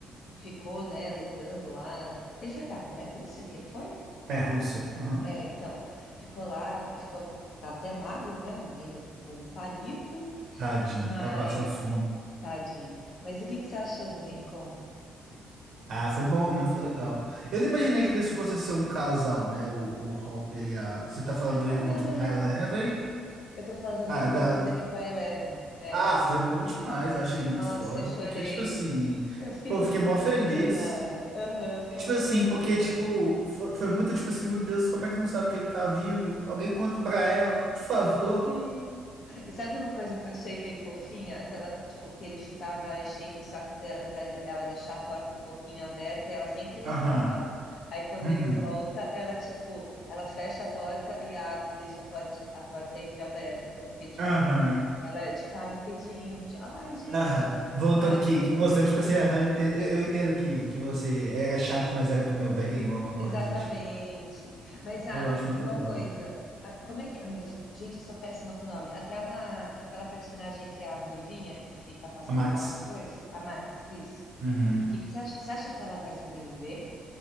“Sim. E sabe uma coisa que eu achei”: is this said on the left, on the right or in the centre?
Left